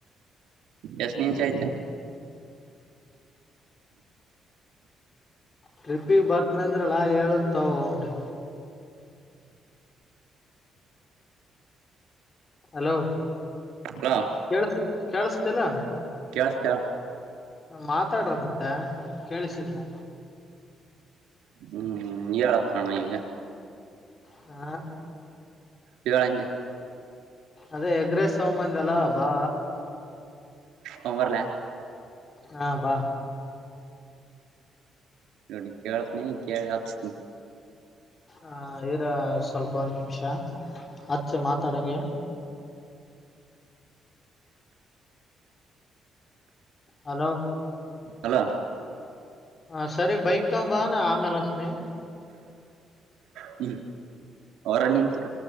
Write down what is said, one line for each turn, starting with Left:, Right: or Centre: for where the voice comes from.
Right: ಎಷ್ಟ್ ನಿಮಿಷ ಆಯ್ತ
Left: ಟಿಪ್ಪಿಗೆ ಬರ್ತನ ಅಂದ್ರಲ್ಲಾ ಹೇಳತಾವ ಒಂಬ್ರಿ ಹಲೋ
Right: ಹಲೋ
Left: ಕೇಳಸ ಕೇಳಸತಿಲ್ಲ
Right: ಕಳಸ್ತ
Left: ಮಾತಾಡ್ರಪ್ಪ ಮತ್ತ ಕೇಳಿಸಿದ್ರ
Right: ಹ್ಮ್ ಹೇಳಪ್ಪ ಅಣ ಈಗ
Left: ಹಾ
Right: ಹೆಳ ಅಂದೆ
Left: ಅದೇ ಎಗ್ರೆಸ್ ತೋಬಂದಿ ಅಲ್ಲ ಬಾ
Right: ತಗೊಂಡ್ ಬರ್ಲಾ
Left: ಹಾ ಬಾ
Right: ಎಡಿ ಕೇಳ್ತನ ಕೇಳಿ ಹಸ್ತನ್
Left: ಹ ಇರಾ ಸ್ವಲ್ಪ ಒಂದ್ ನಿಮಿಷ ಅಚ್ಚೆ ಮಾತಾಡಗೆ. ಹಲೋ
Right: ಅಲೋ
Left: ಹ ಸರಿ ಬೈಕ್ ತಗೊಂಬಾ ನ ಆಮೇಲಚ್ಚ್ತಿನಿ.
Right: ಹ್ಮ ಅವರ ನಿಂತೀರ.